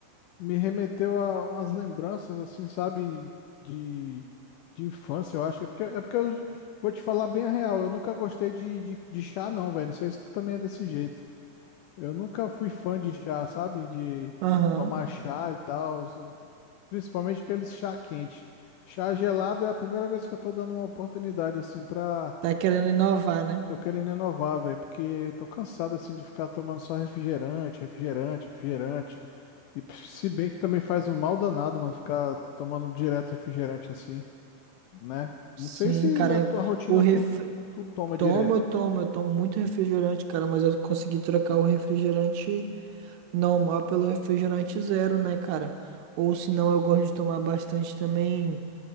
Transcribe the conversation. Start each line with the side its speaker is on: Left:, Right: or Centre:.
Left: me remeteu a umas lembranças, assim, sabe, de, de infância, eu acho. É porque, é porque eu vou te falar bem a real, eu nunca gostei de, de, de chá, não, velho. Não sei se tu também é desse jeito. Eu nunca fui fã de chá, sabe? De
Right: Aham.
Left: tomar chá e tal, principalmente aqueles chá quente. Chá gelado é a primeira vez que eu tô dando uma oportunidade assim pra.
Right: Tá querendo inovar, né?
Left: Tô querendo inovar, velho, porque eu tô cansado assim de ficar tomando só refrigerante, refrigerante, refrigerante. E p- se bem que também faz um mal danado, mano, ficar tomando direto refrigerante assim, né? Não
Right: Sim,
Left: sei se
Right: cara,
Left: na
Right: eu-
Left: tua rotina
Right: o ref...
Left: tu, tu toma
Right: toma
Left: direto.
Right: eu tomo, eu tomo muito refrigerante, cara, mas eu consegui trocar o refrigerante normal pelo refrigerante zero, né, cara? Ou se não, eu gosto de tomar bastante também